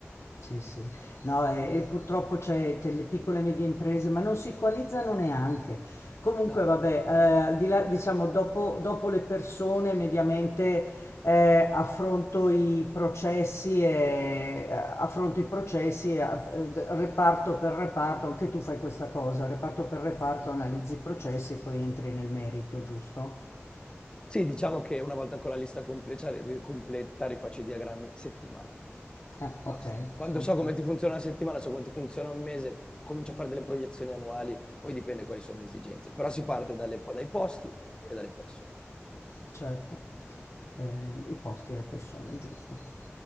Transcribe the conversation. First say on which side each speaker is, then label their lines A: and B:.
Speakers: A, on the left; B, on the left.
A: Sì, sì. No, e, e purtroppo c'è te- le piccole e medie imprese, ma non si equalizzano neanche. Comunque,
B: No,
A: vabbè, eh, al di là, diciamo, dopo, dopo le persone, mediamente eh, affronto i processi e eh, affronto i processi, e, eh, d- reparto per reparto, anche tu fai questa cosa, reparto per reparto, analizzi i processi e poi entri nel merito, giusto?
B: Sì, diciamo che una volta con la lista completa, ri- completa rifaccio i diagrammi settimanali.
A: Eh, ok,
B: Basta. Quando
A: ok,
B: so come ti funziona una settimana, so come ti funziona un mese, comincio a fare delle proiezioni annuali, poi dipende quali sono le esigenze. Però si parte dalle- dai posti e dalle persone.
A: certo. Eh, I posti e le persone, giusto.